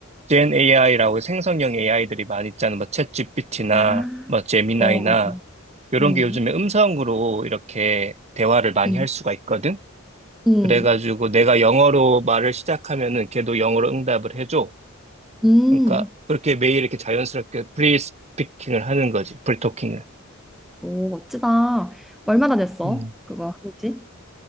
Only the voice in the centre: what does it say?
아.
어, 어.
음,
음,
음,
음.
오, 멋지다. 얼마나 됐어?
그거 한지?